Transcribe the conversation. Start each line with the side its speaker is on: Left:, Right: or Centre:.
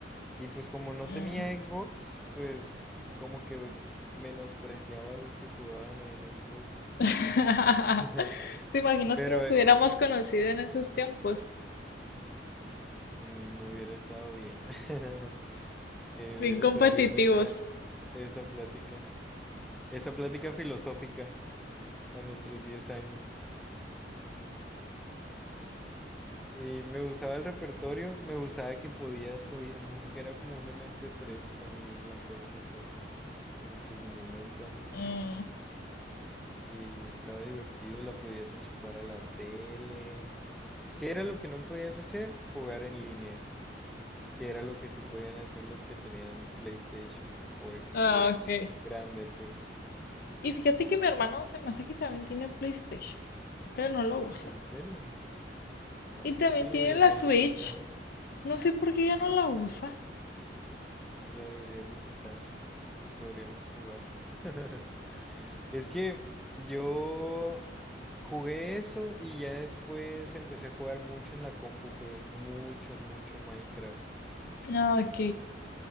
Centre: Y pues como no
Left: Mm.
Centre: tenía Xbox, pues como que menospreciaba a los que jugaban en Xbox.
Left: <laughs>
Centre: <laughs>
Left: ¿Te imaginas
Centre: Pero
Left: que nos
Centre: eh,
Left: hubiéramos conocido en esos tiempos?
Centre: mm, hubiera estado bien. <laughs> Eh,
Left: Bien
Centre: hubiera
Left: competitivos.
Centre: estado bien esa, esa plática. Esa plática filosófica a nuestros 10 años. Y me gustaba el repertorio, me gustaba que podías subir música, era como un mp tres también la PSP en su momento, ¿no?
Left: Mm,
Centre: Y estaba divertido, la podías enchufar a la tele, ¿Qué era lo que no podías hacer? Jugar en línea. ¿Qué era lo que sí podían hacer los que tenían PlayStation o Xbox
Left: ah, ok.
Centre: grande, pues?
Left: Y fíjate que mi hermano se me hace que también tiene PlayStation, pero no lo usa.
Centre: ¿En serio? Ay,
Left: Y también
Centre: pues se lo
Left: tiene
Centre: deberías
Left: la Switch.
Centre: de quitar.
Left: No sé por qué ya no la usa.
Centre: Se la deberías de quitar. Y podríamos jugar. <laughs> Es que yo jugué eso y ya después empecé a jugar mucho en la compu. Jugué mucho, mucho Minecraft.
Left: Ah, Ok.